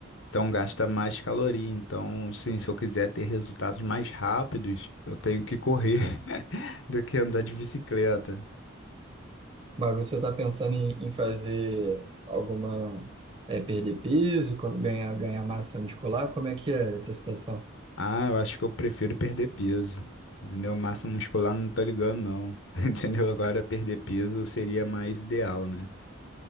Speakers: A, on the left (about 60°); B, on the right (about 25°).
A: então gasta mais caloria. Então, sim, se eu quiser ter resultados mais rápidos, eu tenho que correr <laughs> do que andar de bicicleta.
B: Mas você está pensando em, em fazer alguma, é, perder peso, co- ganhar, ganhar massa muscular? Como é que é essa situação?
A: Ah, eu acho que eu prefiro perder peso. Entendeu? Massa muscular não tô ligando, não. <laughs> Entendeu? Agora perder peso seria mais ideal, né?